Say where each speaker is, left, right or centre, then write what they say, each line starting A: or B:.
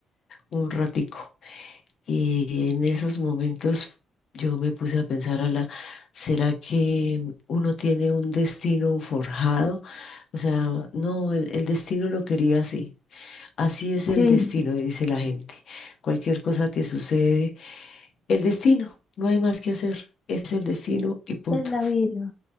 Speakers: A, on the left; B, on the left.
A: un ratico. Y en esos momentos yo me puse a pensar, la ¿será que uno tiene un destino forjado? O sea, no, el, el destino lo quería así. Así es el
B: Sí,
A: destino, dice la gente. Cualquier cosa que sucede, el destino, no hay más que hacer. Es el destino y punto.
B: es la vida.